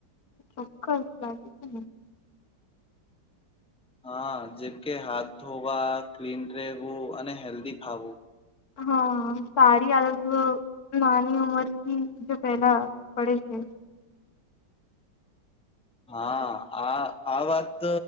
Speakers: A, on the left; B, in the centre.
A: એ ચોક્કસ લાગી છે.
B: હા જેમ કે હાથ ધોવા ક્લીન રહેવું અને હેલ્ધી ખાવું.
A: હા સારી આદત નાની ઉમર ક જે પહેલા પડે છે.
B: હા આ આ વાત